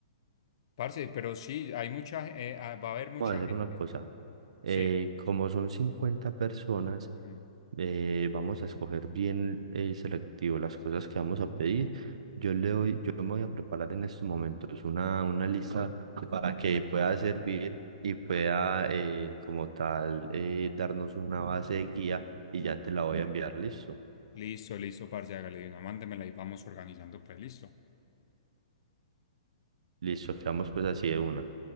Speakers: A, on the left; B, on the right.
A: Parce, pero sí, hay mucha, eh, ah, va a haber mucha
B: Vamos a hacer
A: gente.
B: una cosa. Eh,
A: Sí.
B: como son 50 personas,
A: Ujú.
B: eh, vamos a escoger bien eh, selectivo las cosas que vamos a pedir. Yo le doy, yo me voy a preparar en estos momentos una, una lista para que pueda servir y pueda, eh, como tal, eh, darnos una base de guía y ya te la voy a enviar. Listo.
A: Listo, listo, parce, hágale de una, mándemela y vamos organizando, pues listo.
B: Listo, quedamos pues así de una.